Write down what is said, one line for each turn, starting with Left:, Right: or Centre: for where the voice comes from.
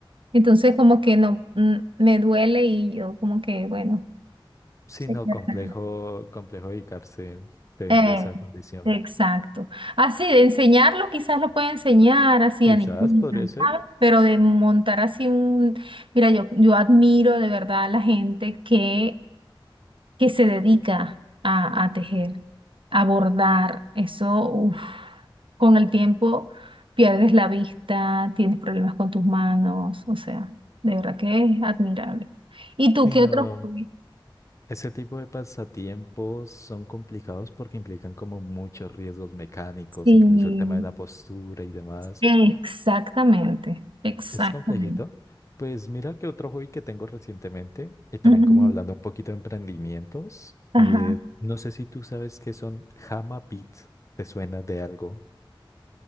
Right: Entonces como que no, mm, me duele y yo como que, bueno,
Left: sí,
Right: se
Left: no,
Right: queda.
Left: complejo, complejo dedicarse teniendo
Right: Eh,
Left: esa condición.
Right: exacto. Así, de enseñarlo, quizás lo puede enseñar así
Left: Quizás
Right: a niñitas,
Left: podría ser,
Right: ¿sabes? Pero de montar así un... Mira, yo, yo admiro de verdad a la gente que, que se dedica a, a tejer, a bordar. Eso, uf, con el tiempo pierdes la vista, tienes problemas con tus manos, o sea, de verdad que es admirable. ¿Y tú
Left: Sí,
Right: qué
Left: no,
Right: otros hobbies?
Left: ese tipo de pasatiempos son complicados porque implican como muchos riesgos mecánicos,
Right: Sí.
Left: incluso el tema de la postura y demás.
Right: Exactamente, exactamente.
Left: Es complejito. Pues mira que otro hobby que tengo recientemente, y también
Right: Ujú.
Left: como hablando un poquito de emprendimientos,
Right: Ajá.
Left: eh, no sé si tú sabes qué son Hama Beats, ¿te suena de algo?